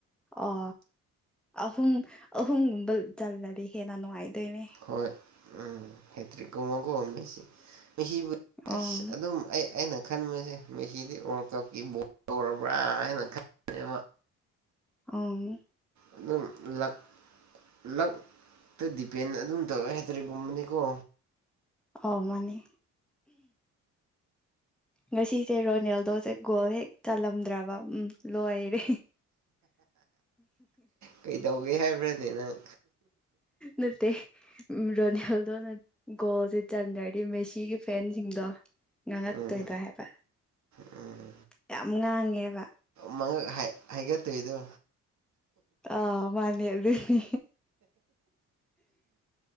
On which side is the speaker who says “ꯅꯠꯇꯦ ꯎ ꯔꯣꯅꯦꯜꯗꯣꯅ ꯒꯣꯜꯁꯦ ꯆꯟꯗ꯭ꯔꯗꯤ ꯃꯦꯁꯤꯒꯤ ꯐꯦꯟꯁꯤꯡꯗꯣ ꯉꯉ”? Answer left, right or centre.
Centre